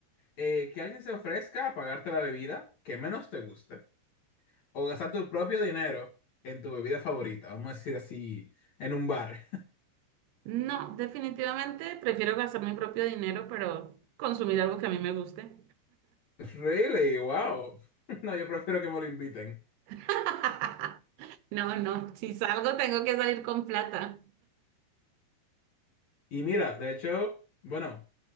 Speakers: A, on the left; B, on the right.
A: Eh, ¿que alguien se ofrezca a pagarte la bebida que menos te guste? ¿O gastar tu propio dinero en tu bebida favorita? Vamos a decir así, en un bar.
B: No, definitivamente prefiero gastar mi propio dinero, pero consumir algo que a mí me guste.
A: Really, wow. <laughs> No, yo prefiero que me lo inviten.
B: <laughs> No, no, si salgo tengo que salir con plata.
A: Y mira, de hecho, bueno,